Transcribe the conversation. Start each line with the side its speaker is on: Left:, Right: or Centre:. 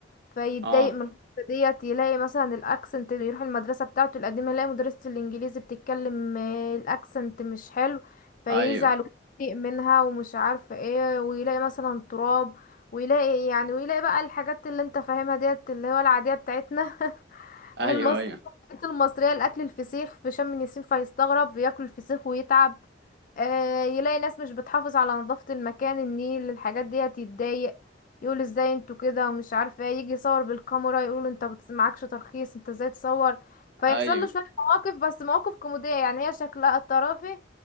Left: فيتضايق
Right: اه
Left: من الحتة ديت يلاقي مثلا الأكسنت بيروح المدرسة بتاعته القديمة يلاقي مدرسة الإنجليزي بتتكلم آه، الأكسنت مش حلو فيزعل
Right: ايوه
Left: ويضايق منها ومش عارفة ايه ويلاقي مثلا تراب ويلاقي يعني ويلاقي بقى الحاجات اللي انت فاهمها ديت اللي هو العادية بتاعتنا <laughs>
Right: ايوه
Left: المصرية
Right: ايوه
Left: الحاجات المصرية الأكل الفسيخ في شم النسيم فيستغرب بياكل الفسيخ ويتعب آه، يلاقي ناس مش بتحافظ على نظافة المكان النيل الحاجات ديت يتضايق يقول ازاي انتوا كده ومش عارفة ايه، يجي يصور بالكاميرا يقولوا انت بت- معكش ترخيص انت ازاي تصور فيحصل
Right: ايوه
Left: له شوية مواقف بس مواقف كوميدية يعني هي شكلها الطرافي